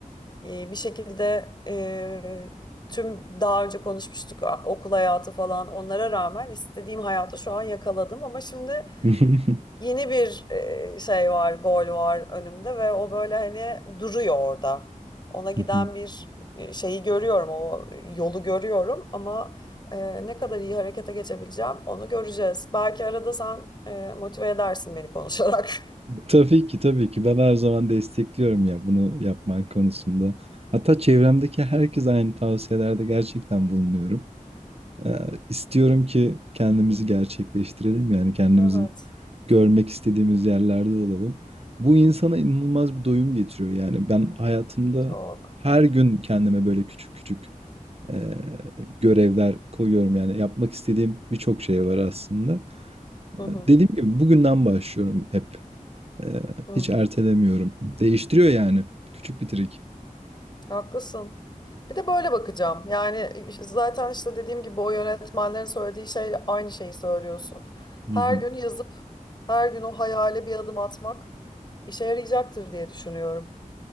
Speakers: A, on the left; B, on the right.
A: e, bir şekilde e, tüm daha önce konuşmuştuk a- okul hayatı falan onlara rağmen istediğim hayatı şu an yakaladım ama şimdi
B: <laughs> Hı hı.
A: yeni bir e, şey var, gol var önümde ve o böyle hani duruyor orada. Ona giden
B: hı hı.
A: bir e, şeyi görüyorum, o yolu görüyorum ama e, ne kadar iyi harekete geçebileceğim onu göreceğiz. Belki arada sen e, motive edersin beni konuşarak. <laughs>
B: Tabii ki tabii ki ben her zaman destekliyorum ya bunu yapman konusunda. Hatta çevremdeki herkes aynı tavsiyelerde gerçekten bulunuyorum. Eee, istiyorum ki kendimizi gerçekleştirelim. Yani kendimizi
A: Evet,
B: görmek istediğimiz yerlerde olalım. Bu insana inanılmaz bir doyum getiriyor. Yani ben hayatımda
A: çok.
B: her gün kendime böyle küçük küçük eee, görevler koyuyorum. Yani yapmak istediğim birçok şey var aslında.
A: Hı
B: Eee,
A: hı,
B: dediğim gibi bugünden başlıyorum hep. Eee,
A: hı
B: hiç
A: hı.
B: ertelemiyorum. Değiştiriyor yani. Küçük bir trik.
A: Haklısın. Bir de böyle bakacağım. Yani zaten işte dediğim gibi o yönetmenlerin söylediği şeyle aynı şeyi söylüyorsun.
B: Hı
A: Her
B: hı.
A: gün yazıp her gün o hayale bir adım atmak işe yarayacaktır diye düşünüyorum.